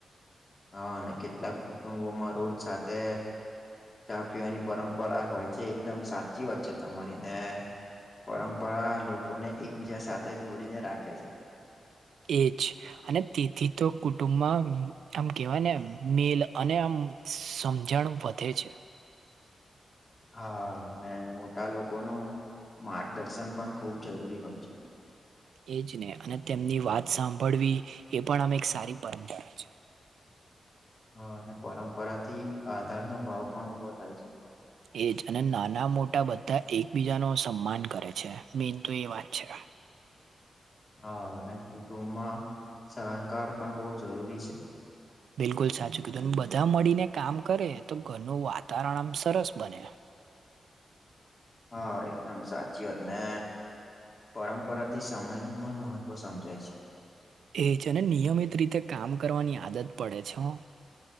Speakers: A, on the left; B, on the right.
A: હા અને કેટલાક કુટુંબોમાં રોજ સાથે ચા પીવાની પરંપરા હોય છે, એકદમ સાચી વાત છે. તમારી ને પરંપરા લોકોને એકબીજા સાથે જોડીને રાખે છે
B: એજ અને તેથી તો કુટુંબમાં આમ કેવાય ને મેલ અને આમ સમજણ વધે છે.
A: હા મોટા લોકોનું માર્ગદર્શન પણ ખુબ જરૂરી હોય છે.
B: એ જ ને અને તેમની વાત સાંભળવી એ પણ આમ એક સારી પરંપરા છે.
A: હ અને પરંપરા થી આધાર નો ભાવ પણ ઉભો થાય છે.
B: એજ અને નાના મોટા બધા એકબીજા નો સન્માન કરે છે, મેન તો એ વાત છે.
A: હા અને કુટુંબમાં સહકાર પણ બહુ જરૂરી છે.
B: બિલકુલ સાચું કીધું બધા મળીને કામ કરે તો ઘરનું વાતાવરણ આમ સરસ બને.
A: હા એકદમ સાચી વાત ને, પરંપરાથી સમય નું પણ મહત્વ સમજાય છે,
B: એજ અને નિયમિત રીતે કામ કરવાની આદત પડે છે. હો